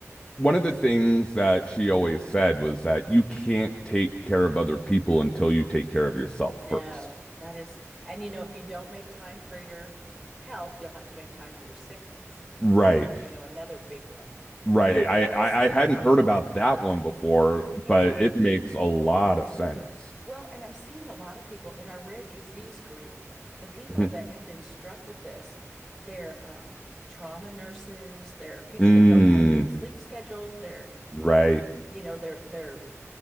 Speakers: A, on the left; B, in the centre.
A: one of the things that she always said was that you can't take care of other people until you take care of yourself
B: No,
A: first.
B: that is, and you know, if you don't make time for your health, you'll have to make time for your sickness,
A: Right.
B: which is, you know, another big one.
A: Right.
B: And
A: I,
B: I'm,
A: I
B: I see.
A: I hadn't heard about that one before,
B: yeah.
A: but it makes a lot of sense.
B: Well, and I'm seeing a lot of people in our rare disease group, the people
A: Mhm.
B: that have been struck with this, they're um, trauma nurses, they're people
A: Mm,
B: that don't have good Mm. sleep schedules, they're,
A: right,
B: um, you know, they're they're